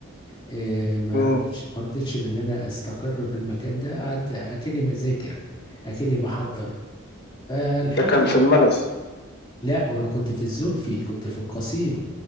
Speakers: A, on the left; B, on the left.
A: آه، ما
B: مم.
A: رضيتش ما رضيتش بان انا استقر في المكان ده قعدت اكني بذاكر اكني بحضر آه، الحمد
B: ده كان
A: لله
B: في الملز
A: لا وانا كنت في الزلفي كنت في القصيم